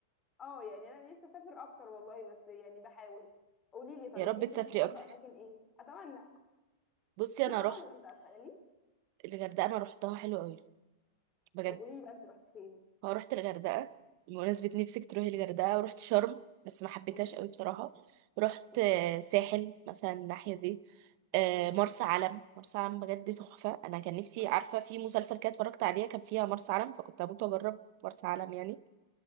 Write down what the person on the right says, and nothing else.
يا رب
تسافري
اكتر
بصي
انا روحت
الغردقه انا روحتها حلو قوي بجد
اه رحت الغردقة بمناسبة نفسك تروحي الغردقة ورحت شرم بس ما حبيتهاش
قوي بصراحة رحت
آه، ساحل مثلا الناحية دي آه،
مرسى علم مرسى علم بجد تحفة أنا كان نفسي
عارفة في مسلسل كده اتفرجت عليها كان فيها مرسى علم فكنت هموت وأجرب مرسى علم يعني